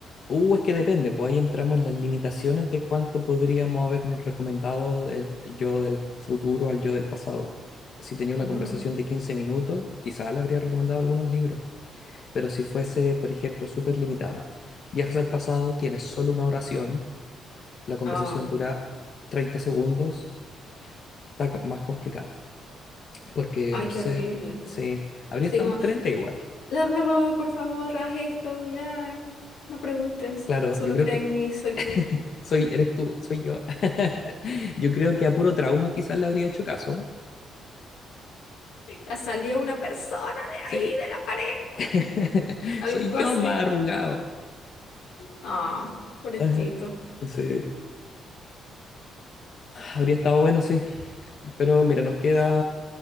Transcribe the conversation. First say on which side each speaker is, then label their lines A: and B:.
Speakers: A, on the left; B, on the left.
A: Uh, es que depende, pues ahí entramos en las limitaciones de cuánto podríamos habernos recomendado el yo del futuro al yo del pasado. Si tenía una
B: Mm.
A: conversación de 15 minutos, quizás le habría recomendado algunos libros, pero si fuese, por ejemplo, súper limitado, viajas al pasado, tienes solo una oración, la conversación
B: Oh,
A: dura 30 segundos, está co- más complicado, porque
B: ay,
A: no
B: qué
A: sé,
B: horrible.
A: sí, habría
B: Sí,
A: estado
B: como,
A: en igual.
B: Larga, va, por favor, haz esto, ya. No preguntes,
A: Claro,
B: solo
A: yo creo
B: cree
A: que
B: en mí, soy tú.
A: <laughs> Soy, eres tú, soy yo. <laughs> Yo creo que a puro trauma quizás le habría hecho caso.
B: Ya salió una persona de
A: Sí,
B: ahí, de la pared.
A: <laughs>
B: Algo
A: soy yo
B: así.
A: más arrugado.
B: Ah, pobrecito.
A: Ajá. Sí, habría estado bueno, sí. Pero mira, nos queda,